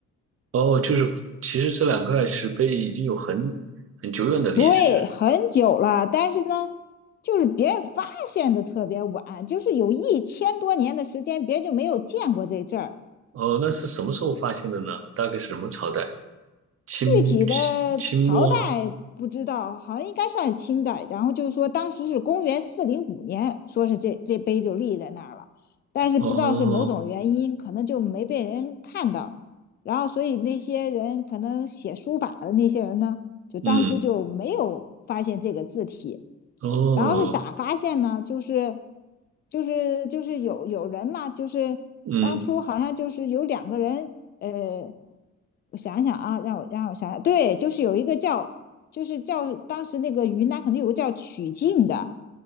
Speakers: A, on the right (about 50°); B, on the left (about 35°).
A: 哦，就是其实这两块石碑已经有很很久远的历史。
B: 对，很久了，但是呢，就是别人发现的特别晚，就是有一千多年的时间，别人就没有见过这阵儿。
A: 哦，那是什么时候发现的呢？大概是什么朝代？清清清末？
B: 具体的朝代不知道，好像应该算是清代。然后就是说，当时是公元四零五年，说是这这碑就立在那儿了，但是不知道是某种原因，
A: 哦，
B: 可能就没被人看到。然后，所以那些人可能写书法的那些人呢，就当初就没有发现这个字体。
A: 嗯，哦，
B: 然后是咋发现呢？就是就是就是有有人嘛，就是当初好像就是有两个人呃，
A: 嗯，
B: 我想想啊，让我让我想想，对，就是有一个叫，就是叫当时那个云南可能有个叫曲靖的，